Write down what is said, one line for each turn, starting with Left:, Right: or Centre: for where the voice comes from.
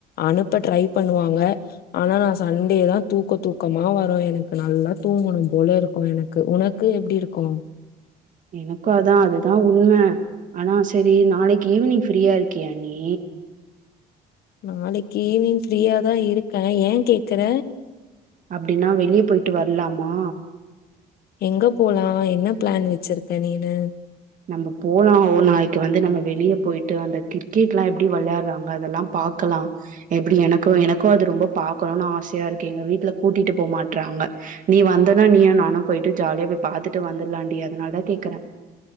Left: அனுப்ப ட்ரை பண்ணுவாங்க ஆனா நா சண்டே தா தூக்க தூக்கமா வரு எனக்கு நல்லா தூங்கணு போல இருக்கு எனக் உனக்கு எப்டி இருக்கு
Right: எனக்கு அதா அதுதா உண்ம ஆனா சேரி நாளைக்கு ஈவினிங் ஃப்ரீயா இருக்கியா நீ
Left: நாளைக்கு ஈவினிங் ஃப்ரீயாதா இருக்க ஏ கேக்குற
Right: அப்டின்னா வெளிய போயிட்டு வரலாமா
Left: எங்க போலா என்ன பிளான் வச்சிருக்க நீனு
Right: நம்ப போலா ஒரு நாளைக்கு வந்து நம்ப வெளியே போயிட்டு அந்த கிரிக்கெட் எல்லா எப்புடி வெளையாடுறாங்க அதெல்லா பாக் க்கலா எப்புடி எனக்கு எனக்கு அது ரொம்ப பாக்கணுனு ஆசையா இருக்கு எங்க வீட்ல கூட்டிட்டு போமாட்றாங்க நீ வந்தனா நீயு நானு போயிட்டு ஜாலியா போய் பாத்துட்டு வந்துருலாண்டி அதனால தா கேக்குற